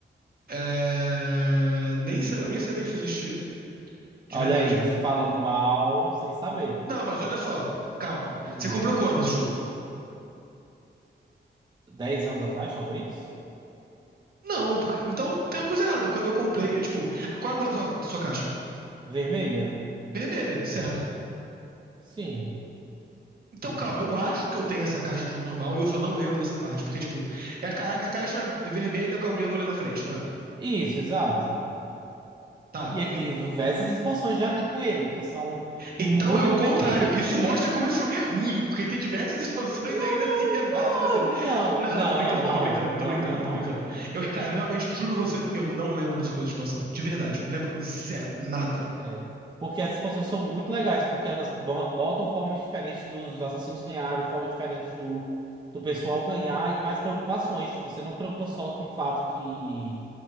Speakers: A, on the right; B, on the right.
A: É... Nem sa- Eu nem sabia que isso existia, de
B: Olha
A: verdade.
B: aí, você falando mal sem saber.
A: Não, mas olha só, calma.
B: Hum,
A: Você comprou quando esse jogo?
B: 10 anos atrás, talvez?
A: Não, porque... então tem uma coisa errada. Quando eu comprei, é tipo, qual é a cor da sua, da sua caixa?
B: Vermelha?
A: Vermelha, certo?
B: Sim.
A: Então calma, eu acho que eu tenho essa caixa do jogo normal e eu só não lembro dessa parte. Porque, tipo, é a, ca- é a caixa vermelha com a mulher loira na frente, não é?
B: Isso, exato.
A: Tá,
B: E ele tem diversas expansões já na- com ele, que são muito
A: Então é o
B: divertidas.
A: contrário. Isso mostra como esse jogo é ruim, porque tem diversas expansões
B: Não,
A: e ainda assim é básico
B: não,
A: assim.
B: é bu- não,
A: Não,
B: não,
A: não, eu tô brincando,
B: não, não,
A: eu tô brincando, eu tô
B: não,
A: brincando,
B: não,
A: eu
B: não.
A: tô brincando. Eu, cara, realmente, juro você, eu não lembro das coisas de expansão. De verdade. Lembro zero, nada.
B: É, porque as expansões são muito legais, porque elas bo- botam formas diferentes dos assassinos ganharem, formas diferentes do, do pessoal ganhar e mais preocupações. Tipo, você não preocupa só com o fato que.